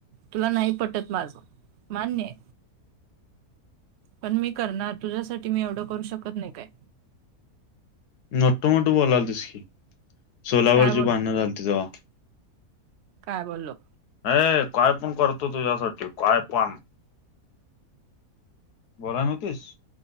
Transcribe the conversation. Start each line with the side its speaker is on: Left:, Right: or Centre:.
Right: तुला नाही पटत माझ मान्यय. पण मी करणार तुझ्यासाठी मी एवढं करू शकत नाही काय.
Left: मोठं मोठं बोलालतीस की सोलावरची
Right: काय मोठ
Left: भांडणं झालती तवा.
Right: काय बोललो.
Left: ये काय पण करतो तुझ्यासाठी काय पण. बोलाय न्हवतीस.